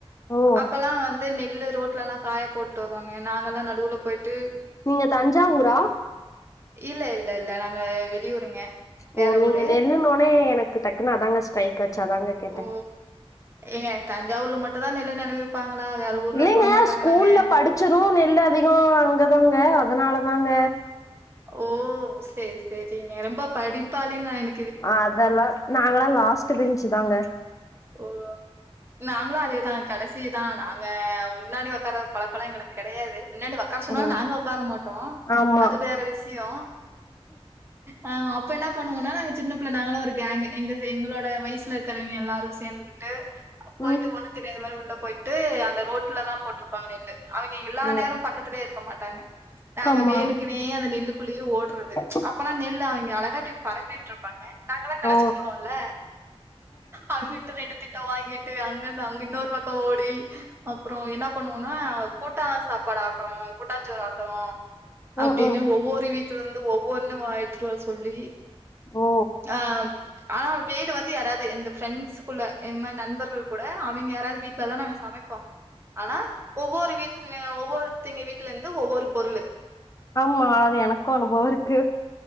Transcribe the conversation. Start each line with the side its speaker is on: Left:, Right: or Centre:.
Left: ஓ
Right: அப்பல்லா வந்து நெல்லு ரோட்லல்லா காய போட்டு வருவாங்க நாங்கல்லா நடுவுல போய்ட்டு
Left: நீங்க தஞ்சாவூரா
Right: இல்ல இல்ல இல்ல நாங்க வெளியூருங்க வேற
Left: ஓ நீங்க
Right: ஊரு.
Left: நெல்லுனோனே எனக்கு டக்குன்னு அதாங்க ஸ்ட்ரைக் ஆச்சு அதாங்க கேட்டே
Right: ஓ! ஏங்க தஞ்சாவூர்ல மட்டுந்தா நெல்ல நெலவிப்பாங்களா வேற ஊர்ல
Left: இல்லைங்க
Right: போட மாட்டாங்களாங்க?
Left: ஸ்கூல்ல படிச்சது நெல் அதிகோ அங்கதாங்க அதனால தாங்க
Right: ஓ சேர் சேரிங்க ரொம்ப படிப்பாளினு நா என
Left: அதெல்லா நாங்களா லாஸ்ட்டு பென்ச்சு தாங்க
Right: ஓ நாங்ளு அதேதா கடைசி தா நாங்க முன்னாடி ஒக்காற பழக்கலா எங்களுக்கு கெடயாது முன்னாடி ஒ க்கார் சொனாலு
Left: ம்
Right: நாங்க ஒக்கார மாட்டோ
Left: ஆமா
Right: அது வேற விஷியோ ஆ அப்ப என்ன பண்ணுவோன்னா நாங்க சின்ன பிள்ள நாங்களா ஒரு கேங்கு எங்க எங்களோட வய்சுல இருக்கிறவய்ங்க எல்லாரு சேந்துகிட்டு போய்ட்டு
Left: ம்
Right: ஒண்ணு தெரியாத மாரி உள்ள போய்ட்டு அந்த ரோட்ல தா போட்ரு ப்பாங்க நெல்லு அவிங்க எல்லா
Left: ம்
Right: நேரோ பக்கத்திலே இருக்க மாட்டாங்க நாங்க
Left: ஆமா
Right: வேணுக்கு னே அந்த நெல்லுக்குள்ளயே ஓட்ற
Left: <inaudible>
Right: அப்பனா நெல் அவிங்க அழகா இப்டி பறக்க விட்ருப்பாங்க நாங்கல்லா களச்சுட்ருவோல
Left: ஓ
Right: அவிங்கட்ட ரெண்டு திட்டு வாங்கிட்டு அங்கருந்து அங்க இன்னொரு பக்கோ ஓடி அப்றோ என்ன பண்ணுவோனா கூட்டான் சாப்பாடு ஆக்குறோ கூட்டாஞ்சோறு ஆக்குறோ
Left: ம்
Right: அப்டின்னு
Left: ம்
Right: ஒவ்வொரு வீ ட்லருந்து ஒவ்வொன்னு வ எட்த்துட்டு வர சொல்லி
Left: ஓ
Right: ஆ ஆ வீடு வந்து யாராவ்து எந்த ஃப்ரெண்ட்ஸ்ஸு குள்ள இன் மாரி நண்பர்கள் கூட அவிங்க யாராவ்து வீட்ல தா நாங்க சமைப்போ ஆனா ஒவ்வொரு வீ ட்ல ஒவ்வொருத்தைங்க வீட்லருந்து ஒவ்வொரு பொருளு
Left: ஆமா அது எனக்கு அனுபவோ இருக்கு